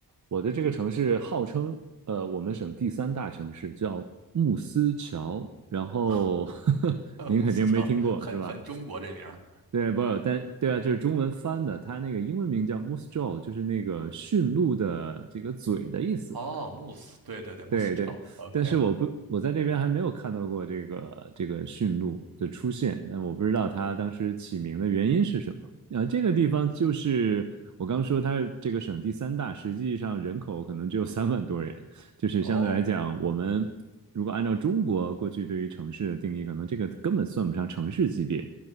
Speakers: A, on the right; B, on the right.
A: 我的这个城市号称呃我们省第三大城市，叫慕斯桥。然后呵呵
B: <laughs>
A: <laughs>
B: 呃，
A: 您肯定没听过是吧？
B: 慕斯桥很很中国这名儿
A: 对，不，但对啊，这是中文翻的，它那个英文名叫 Moose Jaw，就是那个驯鹿的这个嘴的意思。
B: 哦，慕斯，对对对，慕斯桥，OK，
A: 对对，但是我不，我在这边还没有看到过这个这个驯鹿的出现，但我不知道它当时起名的原因是什么。啊、这个地方就是我刚说它是这个省第三大，实际上人口可能只有三万多人，就是相对来讲，
B: 哦，
A: 我们如果按照中国过去对于城市的定义，可能这个根本算不上城市级别，